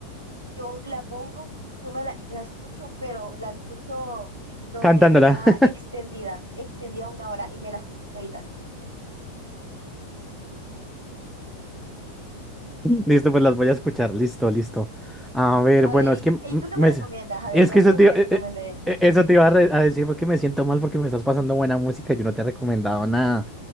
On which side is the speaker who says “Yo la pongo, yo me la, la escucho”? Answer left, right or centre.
Right